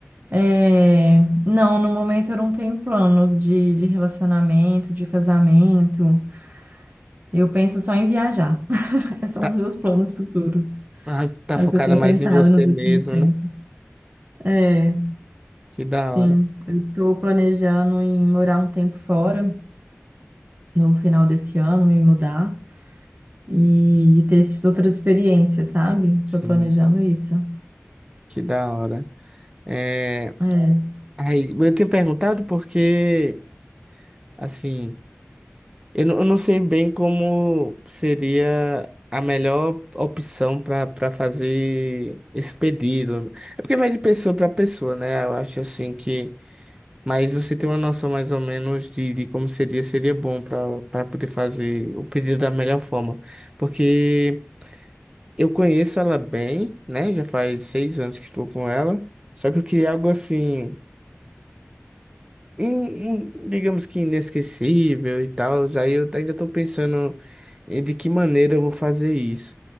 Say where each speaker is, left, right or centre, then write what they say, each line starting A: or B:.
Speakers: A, on the right; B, on the right.
A: É, Não, no momento eu não tenho planos de, de relacionamento, de casamento. Eu penso só em viajar. <laughs> Esses São
B: Tá,
A: os meus planos futuros.
B: ah, tá
A: É
B: focada
A: o que eu tenho
B: mais
A: pensado
B: em você
A: nos
B: mesmo,
A: últimos tempos.
B: né?
A: É,
B: Que da
A: sim.
B: hora.
A: Eu tô planejando em morar um tempo fora no final desse ano, me mudar e, e ter essas outras experiências, sabe?
B: Sim,
A: Tô planejando isso.
B: que da hora. É,
A: É.
B: aí, eu tenho perguntado porque, assim, eu, não- eu não sei bem como seria a melhor opção para para fazer esse pedido. É porque vai de pessoa para pessoa, né? Eu acho assim que Mas você tem uma noção mais ou menos de, de como seria, seria bom para para poder fazer o pedido da melhor forma. Porque eu conheço ela bem, né? Já faz seis anos que estou com ela. Só que eu queria algo assim, in- in- digamos que inesquecível e tal. Aí eu ainda estou pensando em de que maneira eu vou fazer isso.